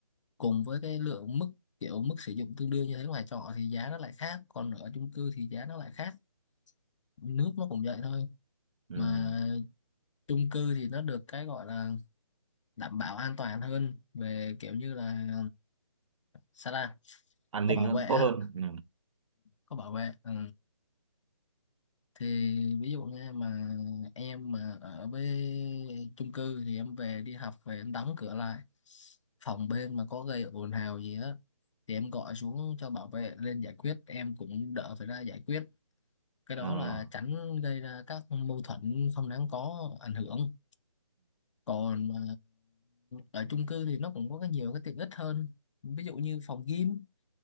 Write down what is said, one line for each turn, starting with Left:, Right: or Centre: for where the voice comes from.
Left: cùng với cái lượng mức kiểu mức sử dụng tương đương như thế ngoài trọ thì giá nó lại khác còn ở chung cư thì giá nó lại khác nước nó cũng vậy thôi
Right: ừ.
Left: mà chung cư thì nó được cái gọi là đảm bảo an toàn hơn về kiểu như là sao ta
Right: An
Left: có
Right: ninh
Left: bảo
Right: nó
Left: vệ á
Right: tốt hơn. Ừ.
Left: có bảo vệ ừ. thì ví dụ nha mà em mà ở với chung cư thì em về đi học về em đóng cửa lại phòng bên mà có gây ồn ào gì á thì em gọi xuống cho bảo vệ lên giải quyết em cũng đỡ phải ra giải quyết cái đó
Right: Ờ.
Left: là tránh gây ra các mâu thuẫn không đáng có ảnh hưởng còn mà ở chung cư thì nó cũng có cái nhiều cái tiện ích hơn ví dụ như phòng gym